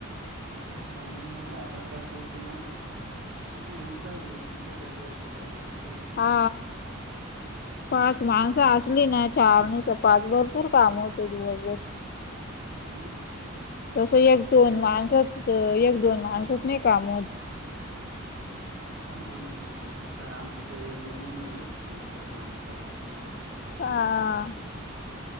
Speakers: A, on the right; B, on the left.
A: तेच तर म्हणला आता कसय तुम्हाले माणस ब त्यात घर चिा म एवढी <unintelligible>
B: हा पाच
A: अच्छा
B: माणसं
A: अच्छा
B: असली ना चारणी तर पाच भरपूर काम होते दिवसभर.
A: हा मग? चार
B: तसं
A: पाच
B: एक
A: माणसं
B: दोन
A: असली
B: माणसात
A: तर
B: एक दोन माणसच नाही काम होत.
A: का ना पण मग आता आमची ते एक दोनही नाही जाऊ एकच माणूस काय करणार आहे.
B: हा.